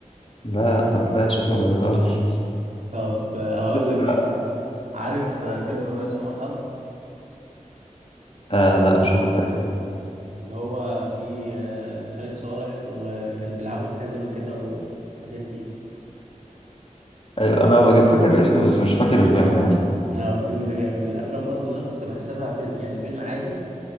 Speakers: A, on the left (about 45°); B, on the right (about 70°).
A: لا ما طلعش كوميدي خالص
B: طب آه، هقول
A: <laughs>
B: لك شع- عارف آه، فيلم الرئيس عمر حرب
A: آه لا مش واخد بالي
B: اللي هو فيه آه، خالد صالح وكان بيلعبوا في كازينو كده والحاجات دي
A: ايوه انا فاكر الاسم بس مش فاكر الفيلم
B: اه
A: يعني
B: لا الفيلم ده جاي من الافلام برضو اللي انا كنت بحسبها فيلم يعني فيلم عادي